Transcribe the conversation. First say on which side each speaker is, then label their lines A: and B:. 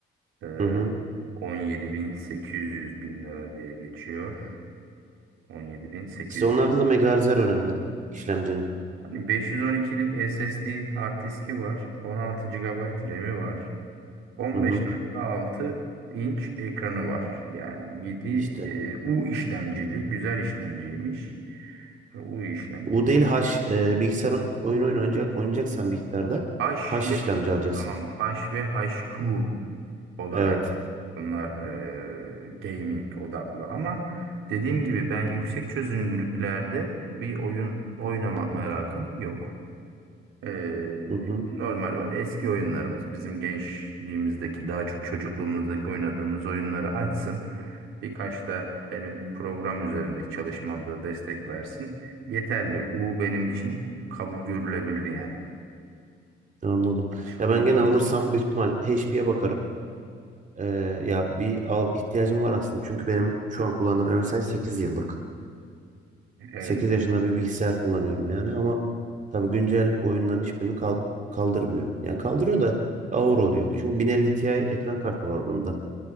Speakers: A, on the right; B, on the right.
A: Ee,
B: Hı hı.
A: 17.800 bin sekiz yüz bin lira diye geçiyor. 17.800.
B: İşte onlarda da megahertzler önemli işlemcinin.
A: Hani 512'lik SSD hard diski var. 16 gigabayt RAM'i var. 15.6
B: Hı hı.
A: inç ekranı var. Yani 7
B: İşte
A: e, U işlemcili, güzel işlemciymiş. U işlemcili.
B: U değil H e, bilgisayar oy- oyun oyun oynayacak, oynayacaksan bilgisayarda
A: H
B: H işlemci
A: ve
B: alacaksın.
A: tamam H ve HQ olarak
B: Evet.
A: Bunlar eee, gaming odaklı ama dediğim gibi ben yüksek çözünürlüklerde bir oyun oynama merakım yok. Eee,
B: Hı hı.
A: normal o eski oyunlarımız bizim gençliğimizdeki daha çok çocukluğumuzdaki oynadığımız oyunları açsın. Birkaç da benim program üzerindeki çalışmamda destek versin. Yeterli. U benim için kabul görülebilir yani.
B: Anladım.
A: Aşk
B: Ya ben
A: U'da
B: gene alırsam büyük ihtimal HP'ye bakarım. Ee, ya bir al ihtiyacım var aslında. Çünkü benim şu an kullandığım MSI 8 yıllık.
A: evet.
B: 8 yaşında bir bilgisayar kullanıyorum yani ama tabii güncel oyunların hiçbirini kal- kaldırmıyor. Yani kaldırıyor da ağır oluyor. Çünkü 1050 Ti ekran kartı var bunda